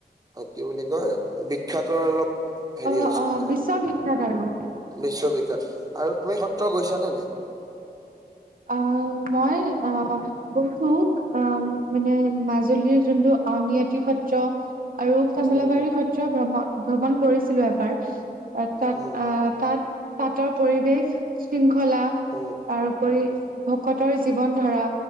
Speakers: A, on the right; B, on the right.
A: কি বুলি কয়? বিখ্যাতৰ অলপ হেৰি
B: অ
A: হৈছে
B: অ
A: এ,
B: বিশ্ববিখ্যাত আৰু
A: বিশ্ব বিখ্যাত, আৰু তুমি সত্ৰ গৈছা নে নাই? <unintelligible>
B: অ, মই অ, গৈছো আহ, মানে মাজুলীৰ যোনটো আউনি আতি সত্ৰ। আৰু কমলাবাৰী
A: উম
B: সত্ৰ ভ্ৰমণ, ভ্ৰমণ কৰিছিলো এবাৰ। তাত
A: উম
B: আহ, তাত পাতৰ পৰিৱেশ, শৃংখলা
A: উম
B: তাৰপৰি, ভকতৰ জীৱন ধাৰা।